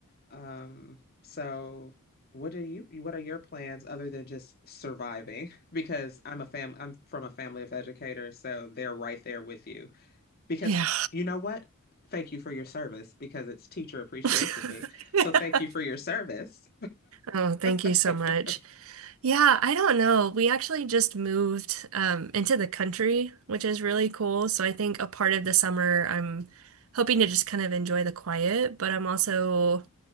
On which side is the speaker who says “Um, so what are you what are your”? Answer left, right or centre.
Left